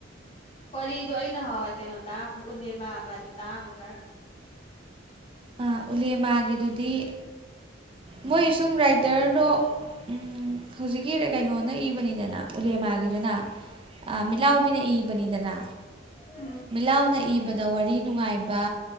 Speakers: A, on the left; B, on the right.
A: ꯋꯥꯔꯤꯗꯣ ꯑꯩꯅ ꯅꯍꯋꯥꯏ ꯀꯩꯅꯣ ꯇꯥꯔꯝꯃꯦ ꯎꯠꯂꯦꯃꯥ ꯒꯗꯣ ꯇꯥꯔꯝꯃꯦ ꯀ
B: ꯑꯥ ꯎꯂꯦ ꯃꯥꯒꯤꯗꯨꯗꯤ ꯃꯣꯏ ꯁꯨꯝ ꯔꯥꯏꯠ ꯇꯔ <unintelligible> <unintelligible> ꯀꯩꯅꯣꯅ ꯏꯕꯅꯤꯗꯅ ꯎꯂꯦꯃꯥꯒꯤꯗꯨꯅ ꯃꯤꯠꯂꯥꯎꯕꯤꯅ
A: ꯎꯝ
B: ꯏꯕꯅꯤꯗꯅ
A: ꯎꯝ
B: ꯃꯤꯠꯂꯥꯎꯅ ꯏꯕꯗ ꯋꯥꯔꯤ ꯅꯨꯡꯉꯥꯏꯕ